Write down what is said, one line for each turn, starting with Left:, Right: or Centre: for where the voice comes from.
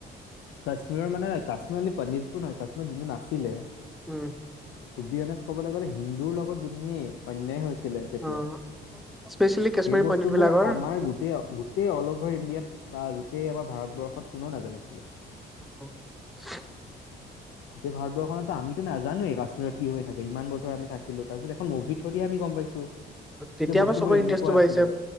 Left: কাশ্মীৰৰ মানে কাশ্মীৰ অলি পনিজপুৰ নহয় কাশ্মীৰ যোন যোন আছিলে
Centre: উম।
Left: টুবি অনেজ কবলে গ'লে হিন্দুৰ লগত যোনখিনি অন্যায় হৈছিলে তেতিয়া
Centre: অ স্পেচিয়েলি কাশ্মীৰী
Left: সেই বস্তুবোৰ
Centre: পণ্ডিত বিলাকৰ
Left: আমাৰ গোটেই অ গোটেই অল অভাৰ ইণ্ডিয়াত বা গোটেই আমাৰ ভাৰতবৰ্ষত কোনও নাজানিছিলে।
Centre: <unintelligible>
Left: গোটেই ভাৰবৰ্ষতো আমিতো নাজানোৱেই কাশ্মীৰত কি হৈ থাকে ইমান বছৰ আমি থাকিলো। তাৰ পিছত এখন মুভি থ্ৰ দিয়ে আমি গম পাইছো।
Centre: তেতিয়া
Left: যে বস্তুবোৰ
Centre: পা চবৰে
Left: এনেকুৱা
Centre: ইণ্টেৰেষ্টটো বাঢ়িছে
Left: আছিলে